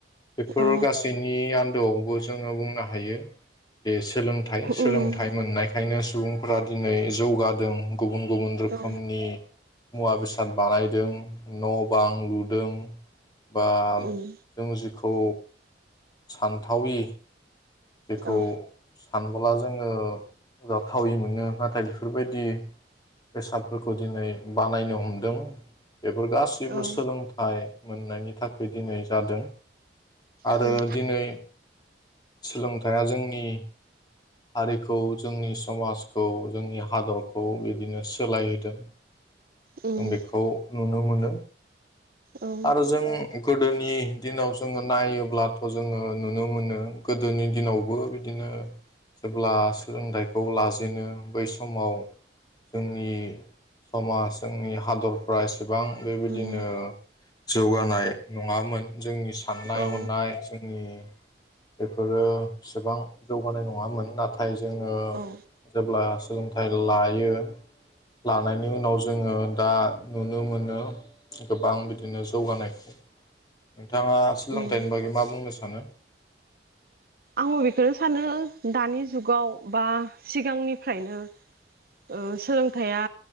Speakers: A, on the left; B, on the right.
A: बेफोर
B: औ
A: गासैनि आन्दोआवबो जोङो बुंनो हायो बे स सोलोंथ सोलोंथाइ
B: उम
A: मोननायख खायनो सुबुंफोरा दिनै जौगादों गुबुन गुबुन रोखोमनि
B: औ
A: मुवा बेसा द बानायदों न' बां लुदों बा
B: उम
A: जों जिखौ सानथावि जेखौ
B: औ
A: सानबोला जोङो जाथावि मोनो नाथाय बेफोरबायदि बेसादफोरखौ दिनै बानायनो हमदों। बेफोर गासैबो
B: औ
A: सोलोंथाइ मोननायनि थाखै दिनै जादों। आरो
B: उम
A: दिनै सोलोंथाइया जोंनि हारिखौ जोंनि समाजखौ जोंनि हादरखौ बिदिनो सोलायहोदों।
B: उम
A: जों बेखौ नुनो मोनो।
B: औ
A: आरो जोंनि गोदोनि दिनाव जोङो नायोब्लाथ' जोङो नुनो मोनो गोदोनि दिनावबो बिदिनो जेब्ला सोलोंथाइखौ लाजेनो बै समाव जोंनि समाज जोंनि हादरफ्रा एसे गोबां बेबादिनो
B: उम
A: जौगानाय नङामोन जोंनि साननाय
B: औ
A: हनाय जोंनि बेफोरो एसेबां जौगानाय नङामोन नाथाय जोङो
B: औ
A: जेब्ला सो लोंथाइ लायो लानायनि उनाव जोङो दा नुनो मोनो गोबां बिदिनो जौगानायखौ। नोथाङा सोलोंथाइनि
B: उम
A: बागै मा बुंनो थाङो
B: आंबो बेखोनो सानो दानि जुगाव बा सिगांनिफ्रायनो ओ सोलोंथाइया